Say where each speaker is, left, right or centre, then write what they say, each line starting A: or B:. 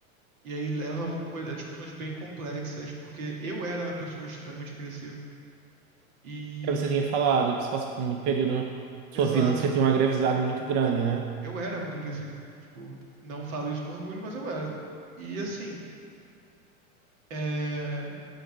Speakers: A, on the right; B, on the right.
A: E aí leva a mo- coi- a discussões bem complexas, porque eu era uma pessoa extremamente agressiva. E.
B: É, Você tinha falado que você passou por muito período da sua
A: Exato.
B: vida onde você tinha uma agressividade muito grande, né?
A: Eu era muito agressivo. Tipo, não falo isso com orgulho, mas eu era. E assim, é,